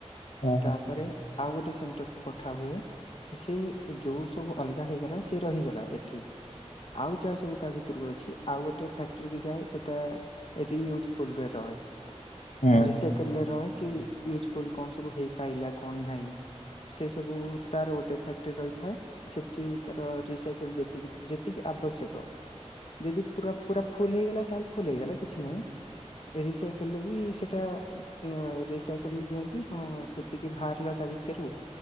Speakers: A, on the left; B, on the left.
A: ହଁ ହଁ,
B: ତାପରେ ଆଉ ଗୋଟେ ସେଣ୍ଟରକୁ ପଠା ହୁଏ ସେଇ ଯୋଉ ସବୁ ଅଲଗା ହେଇଗଲା ସେ ରହିଗଲା ଏଠି ଆଉ ଯାହା ସବୁ ତା ଭିତରକୁ ଅଛି ଆଉ ଗୋଟେ ଫ୍ୟାକ୍ଟରି କି ଯାଏ ସେଟା ୟୁଜଫୁଲରେ ର ଥାଏ
A: ହୁଁ
B: ରିସାଇକେଲରେ ରହେ କି ୟୁଜଫୁଲ କଣ ସବୁ ହେଇପାରଲା କଣ ନାହିଁ ସେ ସବୁ ତାର ଗୋଟେ ଫ୍ୟାକ୍ଟ୍ରି ରହିଥାଏ ସେଠି ତାର ରିସାଇକେଲ ଯେତିକି ଯେତିକି ଆବଶ୍ୟକ ଯଦି ପୁରା ପୁରା ଫୁଲ ହେଇଗଲା ତାହେଲେ ଫୁଲ ହେଇଗଲା କିଛି ନାହିଁ। ରିସାଇକେଲରେ ବି ସେଇଟା ରିସାଇକେଲରେ ଦିଅନ୍ତି ହଁ ଯେତିକି ବାହାରିଲା ତା ଭିତରୁ